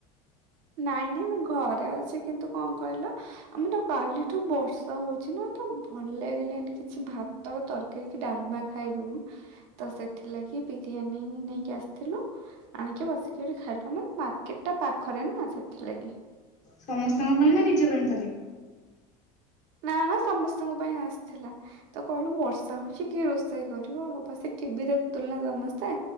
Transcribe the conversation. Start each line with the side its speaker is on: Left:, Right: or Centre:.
Right: ନାଇଁ ନାଇଁ ମୁଁ ଘରେ ଅଛି କିନ୍ତୁ କଣ କହିଲ ଆମେ ତ କାଲିଠୁ ବର୍ଷା ହଉଚି ନା ତ ଭଲ ଲାଗିଲାନି କିଛି ଭା ତ ତରକାରୀ କି ଡାଲମା ଖାଇବାକୁ ତ ସେଥିଲାଗି ବିରିୟାନୀ ନେଇକି ଆସି ଥିଲୁ ଆଣିକି ବସିକି ଏଠି ଖାଇଲୁ ଆମର ମାର୍କେଟ ଟା ପାଖରେ ନା ସେଥିଲାଗି।
Left: ସମସ୍ତଙ୍କ ପାଇଁ ନା ନିଜ ପାଇଁ ଖାଲି?
Right: ନା ନା ସମସ୍ତଙ୍କ ପାଇଁ ଆସିଥିଲା। ତ କହିଲୁ ବର୍ଷା ହଉଚି କିଏ ରୋଷେଇ କରିବ ବସିକି ଟିଭି ଦେଖୁଥିଲୁ ନା ସମ ସ୍ତେ